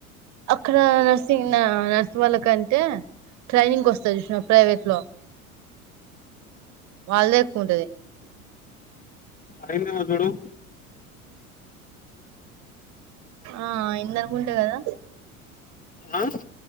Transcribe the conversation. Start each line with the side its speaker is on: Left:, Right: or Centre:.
Right: అక్కడ నర్సింగ్ నా నర్స్ వాళ్ళకంటే ట్రైనింగ్ వస్తది. చూసినవ ప్రైవేట్ లో వాళ్ళే కూంటది
Left: అయిన్నవా చుడు
Right: ఆ ఇందనుకుంటే గాదా
Left: ఆ